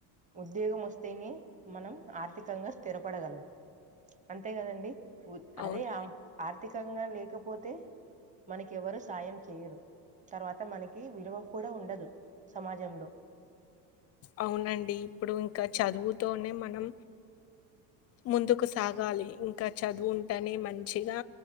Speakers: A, on the right; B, on the left.
A: ఉద్యోగం వస్తేనే మనం ఆర్థికంగా స్థిరపడగలం అంతే కదండి
B: అవును.
A: అదే ఆ ఆర్థికంగా లే లేకపోతే మనకి ఎవరు సాయం చేయరు తర్వాత మనకి విలువ ఉండదు కూడా ఉండదు సమాజంలో
B: అవునండి ఇప్పుడు ఇంకా చదువుతోనే మనం ముందుకు సాగాలి ఇంకా చదువు ఉంటేనే మంచిగా